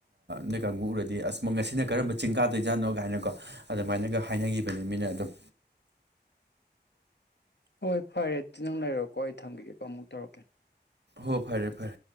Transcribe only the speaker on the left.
ꯍꯣꯏ ꯐꯔꯦ ꯑꯗꯨꯗꯤ ꯅꯪ ꯂꯩꯔꯣꯀꯣ ꯑꯩ ꯊꯝꯒꯤꯒꯦꯀꯣ ꯑꯃꯨꯛ ꯇꯧꯔꯛꯀꯦ